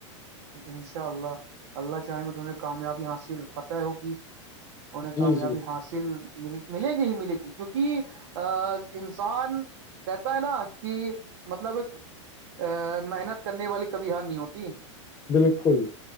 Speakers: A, on the right; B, on the left.
A: انشاء اللہ اللہ چاہیں گے تہیں کامیابی حاصل فتح ہوگی انہیں
B: جی
A: کامیابی
B: جی
A: حاصل ملے گی ہی ملے گی کیونکہ ا انسان کہتا ہے نا کہ مطلب ا محنت کرنے والی کبھی ہار نہیں ہوتی
B: بالکل